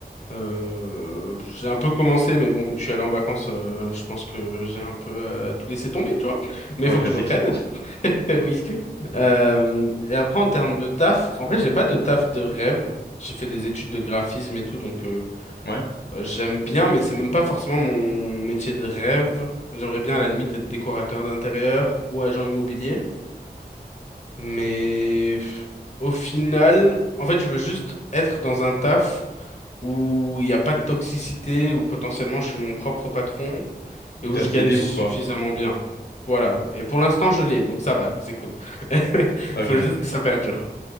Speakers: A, on the left; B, on the left.
A: Euh, j'ai un peu commencé, mais bon, vu que je suis allé en vacances, euh, je pense que j'ai un peu euh, tout laissé tomber, tu vois. Mais
B: Ouais,
A: il faut
B: classique.
A: que je reprenne. <laughs> Oui. Euh, et après, en termes de taf, en vrai, j'ai pas de taf de rêve. J'ai fait des études de graphisme et tout, donc euh,
B: Ouais.
A: euh, j'aime bien, mais c'est même pas forcément mon métier de rêve. J'aimerais bien, à la limite, être décorateur d'intérieur ou agent immobilier. Mais pff, au final, en fait, je veux juste être dans un taf où il n'y a pas de toxicité, où potentiellement je suis mon propre patron
B: Ou
A: et
B: t'es
A: où je
B: assez
A: gagne
B: libre,
A: suffisamment
B: quoi.
A: bien. Voilà. Et pour l'instant, je l'ai, donc ça va, c'est cool. <laughs>
B: Ah,
A: Faut
B: Ok.
A: juste que ça perdure.